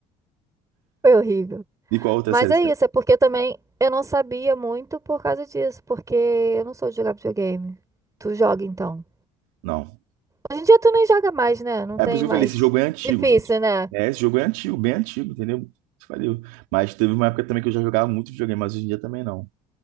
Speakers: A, on the right; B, on the right.
A: Foi horrível.
B: De qual outra
A: Mas
B: série
A: é
B: você
A: isso,
B: tá?
A: é porque também eu não sabia muito por causa disso, porque eu não sou de jogar videogame. Tu joga então.
B: Não.
A: Hoje em dia tu nem joga mais, né? Não
B: É
A: tem
B: por isso que
A: mais.
B: eu falei, esse jogo é antigo.
A: Difícil,
B: Esse-
A: né?
B: É, esse jogo é antigo, bem antigo, entendeu? Isso Valeu. Mas teve uma época também que eu já jogava muito videogame, mas hoje em dia também não.